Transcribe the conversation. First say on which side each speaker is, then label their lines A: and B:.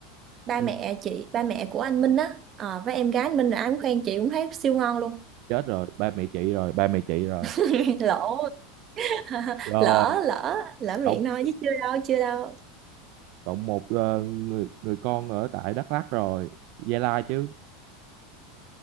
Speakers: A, on the right (about 30°); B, on the right (about 50°).
A: ba
B: Ừ.
A: mẹ chị, ba mẹ của anh Minh á, ờ, với em gái anh Minh là ai cũng khen chị cũng thấy siêu ngon luôn.
B: chết rồi ba mẹ chị rồi ba mẹ chị rồi
A: <laughs> Lỗ <laughs>
B: rồi
A: lỡ lỡ lỡ miệng
B: cộng
A: thôi chứ chưa đâu chưa đâu
B: cộng một ờ, người người con ở tại Đắk Lắk rồi Gia Lai chứ